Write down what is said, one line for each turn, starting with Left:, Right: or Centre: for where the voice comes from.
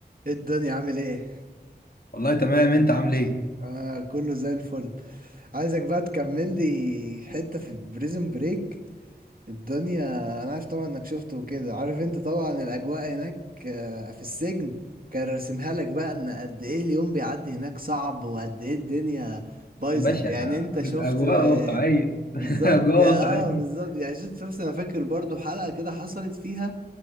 Right: إيه الدنيا عامل ايه؟
Left: والله تمام انت عامل ايه
Right: آه كله زي الفل عايزك بقى تكمل لي حتة في بريزن بريك الدنيا انا عارف طبعا انك شفته وكده عارف انت طبعا الاجواء هناك آه في السجن كان راسمها لك بقى ان قد ايه اليوم بيعدي هناك صعب وقد ايه الدنيا بايظة
Left: يا باشا
Right: يعني انت شفت
Left: اجواء
Right: آه،
Left: واقعيه <laughs>
Right: بالظبط
Left: اجواء
Right: اه
Left: واقعيه
Right: بالظبط يعني شفت شفت انا فاكر برضو حلقة كده حصلت فيها